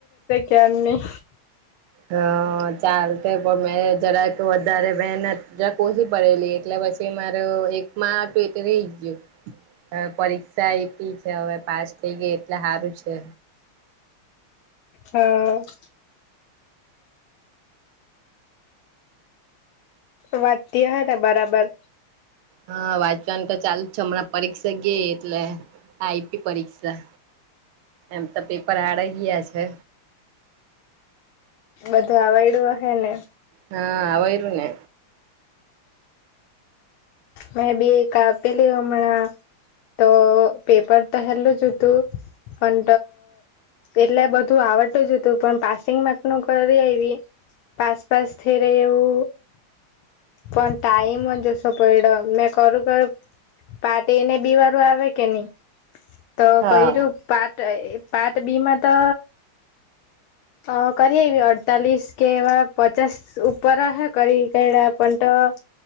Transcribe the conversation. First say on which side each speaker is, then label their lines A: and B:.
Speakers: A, on the left; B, on the right.
A: કેની
B: હા ચાલ પણ મેં જરા કે વધારે વહેનત જ ઓછી પડેલી એટલે પછી માર એક હતું એટ રહી ગયું. હવે પરીક્ષા આપી છે હવે પાસ થઈ ગઈ એટલે સારું છે.
A: હ વાતી હ ને બરાબર.
B: હા વાંચવાનું તો ચાલુ છે હમણાં પરીક્ષા ગય એટલે આઈપી પરીક્ષા એમ તો પેપર હારા ગયા છે.
A: બધું આવડડું હશે ને.
B: હા આવયરને
A: મેં બી એકા પેલી હમણા તો પેપર તો હલું જ હતું પણ એટલે બધું આવડતું જ હતું પણ પાસિંગ માં નું કરી એ પાસ પાસથીરે એું પણણ ટાઈમ જોસ પેડ મેં કરું કરું પાટીને બી વારું આવે કે નહી. તો
B: હા
A: કું પાર્ટ પાર્ટ બી માં તો હ કરી હવી અડતાલીસ કેવા પચાસ ઉપર હ કરી કેઈડા પન્ટ હમ.